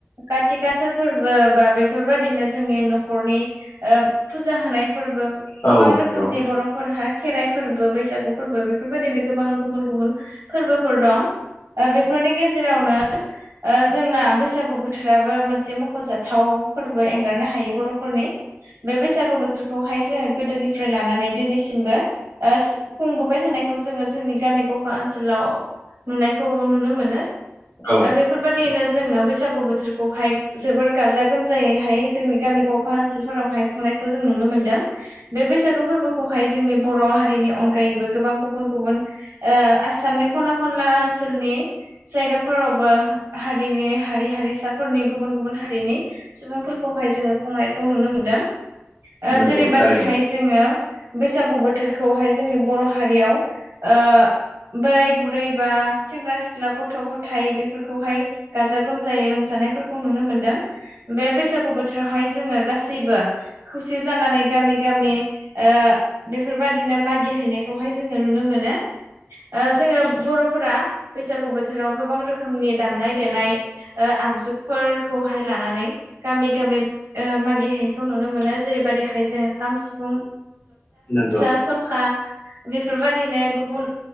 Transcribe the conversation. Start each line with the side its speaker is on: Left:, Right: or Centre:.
Right: खाथि गासा फोरबो बा बेफोरबायदिनो जोंनि न'खरनि ओ फुजा होनाय फोरबो
Left: औ
Right: गोबां रोखोमनि
Left: नंगौ
Right: बर'फोरहा खेराइ फोरबो बैसागु फोरबो बेफोरबायदिनो गोबां गुबुन गुबुन फोरबोफोर दं। ओ बेफोरनि गेजेरावनो ओ जोंनाबो बैसागु बोथोराबो मोनसे मख'जाथाव फोरबो एंगारनो हायै बर'फोरनि बे बै सागु बोथोरखौहाय जोङो गोदोनिफ्राय लानानै दिनैसिमबो ओ सो खुंबोबाय थानायखौ जोङो जोंनि गामि गफा ओनसोलाव नुनायखौ नुनो मोनो।
Left: औ
Right: ओ बेफोर बादियैनो जोङो बैसागु बोथोरखौहाय जोबोर गाजा गोमजायैहाय जोंनि गामि गावफा ओनसोलफोरावहाय खुंनाय खौ जों नुनो मोनदों। बे बैसागो फोरबोखौहाय जोंनि बर' हारिनि अनगायैबो गोबां गुबुन गुबुन ओ आसामनि खना खनला ओनसोलनि जायगाफोरावबो हा हा रिनि हारि हारि सा फोरनि गुबुन गुबुन हारिनि सुबुंफोरखौहाय जोङो खुंनायखौ नुनो मोनदों। ओ
Left: नंगौ
Right: जेरैबायदिहाय
Left: थारैनो
Right: जोङो बैसागु बोथोरखौहाय जोंनि बर' हारियाव ओ बोराय बुरै बा सेंग्रा सिख्ला गथ' गथाय बेफोरखौहाय गाजा गोमजायै रंजानायफोरखौ नुनो मोनदों। बे बैसागु बोथोरावहाय जोङो गासैबो खौसे जानानै गामि गामि ओ बेफोर बादिनो मागिहैनायखौहाय जोङो नुनो मोनो। ओ जोङो बर'फोरा बैसागु बोथोराव गोबां रोखोमनि दामनाय देनाय ओ आगजुफोरखौहाय लानानै गामि गामि ओ मागिहैनायखौ नुनो मोनो जेरैबायदि हाय जों खाम, सिफुं
Left: नोंगौ
Right: ना थ'रखा बेफोरबायदिनो गुबुन